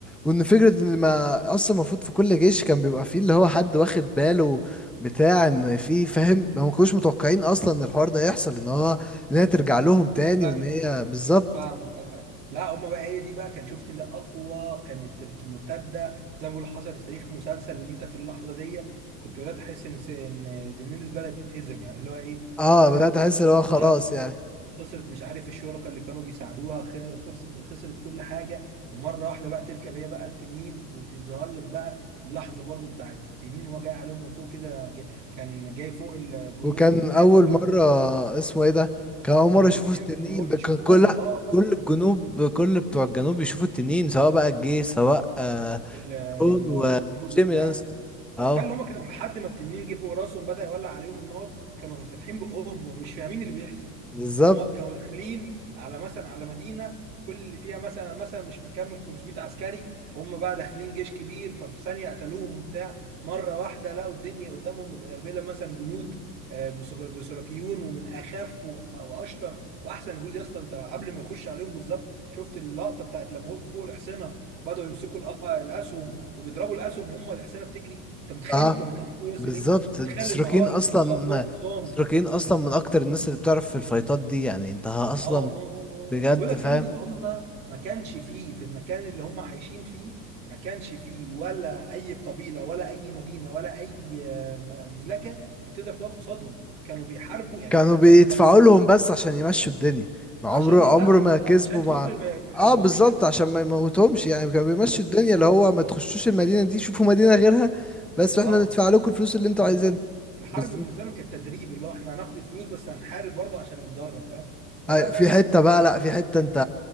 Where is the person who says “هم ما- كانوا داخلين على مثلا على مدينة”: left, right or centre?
Right